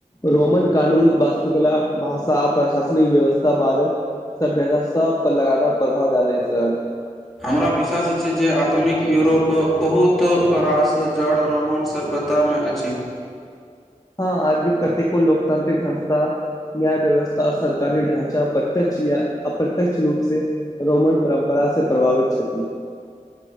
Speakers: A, on the left; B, in the centre.
A: रोमन कानून वास्तुकला भाषा प्रशासनिक व्यवस्था बादक सभ्यता सब पर लगातार प्रभाव डालल छै
B: हमरा विश्वास छै जे आधुनिक यूरोप बहुत रास जड़ रोमन सब ता मे अछि
A: हँ आजु कतेको लोकतांत्रिक संस्था न्याय व्यवस्था सरकारी ढ़ाचा प्रत्यक्ष या अप्रत्य्यक्ष रूप से रोमन परम्परा से प्रभावित छथिन